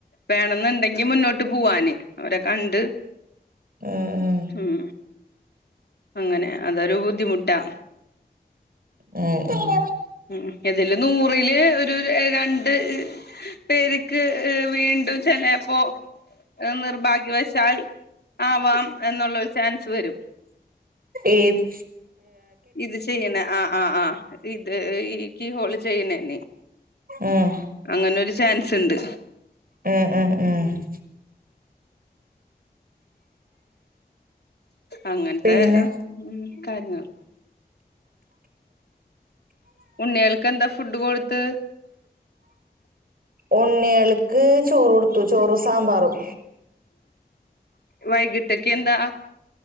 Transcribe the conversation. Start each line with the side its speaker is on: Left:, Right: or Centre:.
Left: വേണെന്നുണ്ടെങ്കി മുന്നോട്ട് പോവാാന് അവരെ കണ്ട്
Right: ഉം ഉം
Left: ഉം അങ്ങനെ അതൊരു ബുദ്ധിമുട്ടാ
Right: ഏഹ്
Left: ഉം ഇതില് നൂറില് ഒരു രണ്ട് പെര് ക്ക്‌ വീണ്ടും ചിലപ്പോ നിർഭാഗ്യവശാൽ ആവാം എന്നുള്ളരു ചാൻസ് വരും
Right: ഏത്
Left: ഇത് ചെയ്യണ ആഹ് ആഹ് ആഹ് ഇത് ഈ കീ ഹോള് ചെയ്യണേെന്
Right: ആഹ്
Left: അങ്ങനെൊരു ചാൻസ് ഉണ്ട്
Right: ഉം ഉം ഉം
Left: അങ്ങനത്തെ
Right: പിന്നെ
Left: ഉം കാര്യങ്ങൾ ഉണ്ണികൾക്ക്ന്താ ഫുഡ് കൊടുത്ത്
Right: ഉണ്ണികൾക്ക് ചോറ് കൊടുത്തു ചോറും സാമ്പാറും
Left: വൈകിട്ടക്കെന്താ